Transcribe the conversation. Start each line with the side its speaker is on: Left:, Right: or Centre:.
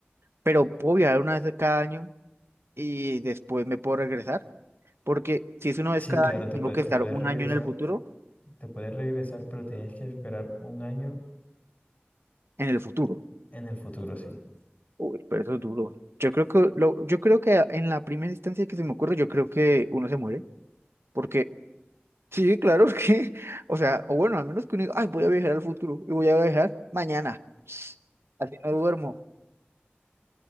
Right: pero puedo viajar una vez cada año y después me puedo regresar, porque si es una vez
Left: Sí,
Right: cada
Left: claro,
Right: año,
Left: te,
Right: tengo
Left: pue-
Right: que
Left: te
Right: estar
Left: puedes
Right: un
Left: regresar,
Right: año en el futuro
Left: te puedes regresar, pero tienes que esperar un año
Right: en el futuro.
Left: en el futuro, sí.
Right: Uy, pero eso es duro. Yo creo que lo, yo creo que en la primera instancia que se me ocurre, yo creo que uno se muere. Porque, sí, claro <laughs> que, o sea, o bueno, al menos que uno diga, ay, voy a viajar al futuro y voy a viajar mañana. <sniffs> Así no duermo,